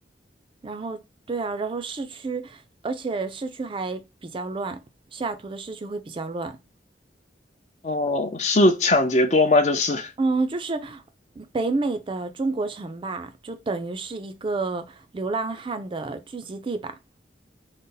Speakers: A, on the right; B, on the left.
A: 然后对啊，然后市区，而且市区还比较乱，西雅图的市区会比较乱。
B: 哦，是抢劫多吗？就是。
A: 嗯，就是北美的中国城吧，就等于是一个流浪汉的聚集地吧，